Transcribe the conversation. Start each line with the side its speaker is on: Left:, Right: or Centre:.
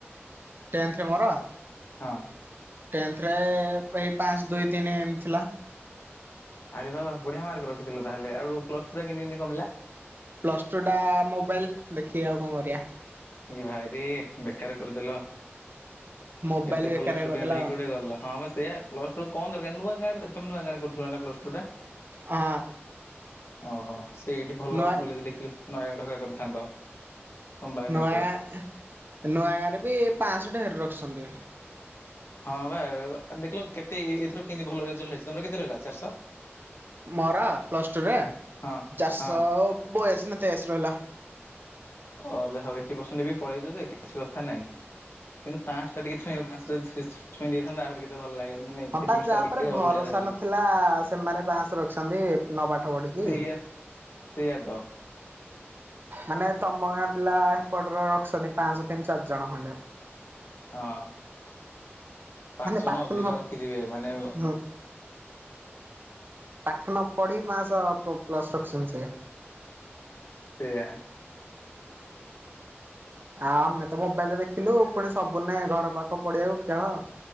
Right: ଟେନ୍ଥରେ ମୋର?
Left: ହଁ।
Right: ଟେନ୍ଥ ରେ ଏଇ ପାଆଁଶ ଦୁଇ ତିନି ଏମତି ଥିଲା।
Left: ଆରେ ବାବା ବଢିଆ ମାର୍କ ରଖିଥିଲ ତାହେଲେ ଆଉ ପ୍ଲସ ଟୁ ରେ କେମିତି ଏମିତି କମିଲା।
Right: ପ୍ଲସ ଟୁ ଟା ମୋବାଇଲ ଦେଖିକି ଆଉ କଣ କରିଆ।
Left: ଏ ଭାଇରେ ବେକାର କରିଦେଲ।
Right: ମୋବାଇଲ
Left: ଏତେ ଭଲ
Right: ବେକାରିଆ
Left: ଷ୍ଟୁଡେଣ୍ଟ
Right: କରିଦେଲା
Left: ହେଇକି
Right: ଆଉ।
Left: ଗୋଟେ ଧରିଲ ହଁ ବା ସେଇଆ ପ୍ଲସ ଟୁ କଣ ଦରକାର ନୂଆ ଗାଁରେ ତମେ ନୂଆ ଗାଁରେ କରୁଥିଲ ନା ପ୍ଲସ ଟୁ ଟା?
Right: ହଁ।
Left: ଓହୋ। ସେଇଠି ଭଲ
Right: ନୂଆ
Left: କଲେଜ ଦେଖି ନୟାଗଡରେ କରି ଥାନ୍ତ। ତମ ପାଖେ ମେ
Right: ନୂଆ ଗାଁ ନୂଆ ଗାଁରେ ବି ପାଞ୍ଚଶହ ଟେ ରଖିଛନ୍ତି।
Left: ହଁ ବା ଦେଖିଲ କେତେ ଏଥର କେମତି ଭଲ ରେଜଲ୍ଟ ହେଇଛି ତମର କେତେ ରହିଲା ଚାରିଶ
Right: ମୋର ପ୍ଲସ ଟୁରେ
Left: ହଁ
Right: ଚାରିଶହ
Left: ହଁ
Right: ବୟାଅଶି ନା ତେୟାଅଶି ରହିଲା।
Left: ଓ ଯାହା ଫିଫ୍ଟି ପରସେଣ୍ଟ ବି ପଳେଇଛ ଯେ କିଛି କଥା ନାଇଁ କିନ୍ତୁ ପାଆଁଶ ଟା ଟିକେ ଛୁଇଁ ଆକୁ ପାଆଁଶ ଟା ଯଦି ଛୁଇଁ ଦେଇଥାଆନ୍ତ ଆହୁରି କେତେ ଭଲ ଲାଗେ ମାନେ
Right: ହଁ
Left: ଫିଲିଂସ
Right: ବା ଯାହା
Left: ଟା ଟିକେ
Right: ଉପରେ ଭରସା
Left: ଅଲଗା ଯାହା ହେଲେ
Right: ନଥିଲା
Left: ବି
Right: ସେମାନେ ପାଞ୍ଚଶହ ରଖିଛନ୍ତି ନ ପାଠ ପଢିକି।
Left: ସେଇୟା ସେଇୟା ତ।
Right: ମାନେ ତମ ଗାଁ ପିଲା ସେପଟରେ ରଖିଛନ୍ତି ପାଆଁଶ ତିନି ଚାରି ଜଣ ଖଣ୍ଡେ।
Left: ହଁ। ପାଞ୍ଚ
Right: ମାନେ
Left: ଜଣ
Right: ପାଠ
Left: ଅଧିକ
Right: ନ
Left: ରଖିଥିବେ ମାନେ
Right: ହୁଁ ପାଠ ନ ପଢି ପାଆଁଶ ପ୍ଲସ ରଖିଛନ୍ତି ସେ।
Left: ସେୟା।
Right: ଆ ଆମେ ତ ମୋବାଇଲରେ ଦେଖିଲୁ ପୁଣି ସବୁଦିନେ ଘର ପାଖ ପଡିଆକୁ ଖେଳ